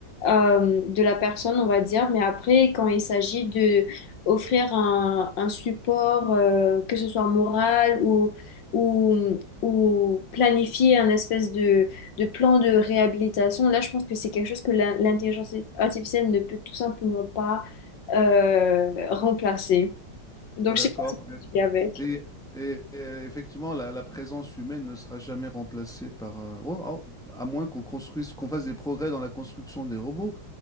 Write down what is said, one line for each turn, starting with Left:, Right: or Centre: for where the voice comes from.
Left: euh, de la personne, on va dire, mais après, quand il s'agit de offrir un, un support, euh, que ce soit moral ou, ou, ou planifier un espèce de, de plan de réhabilitation. Là, je pense que c'est quelque chose que l'in- l'intelligence artificielle ne peut tout simplement pas euh, remplacer. Donc,
Centre: D'accord.
Left: je sais pas si je suis avec.
Centre: Et, et- et effectivement, la, la présence humaine ne sera jamais remplacée par, euh, oh, oh, à moins qu'on construise, qu'on fasse des progrès dans la construction des robots.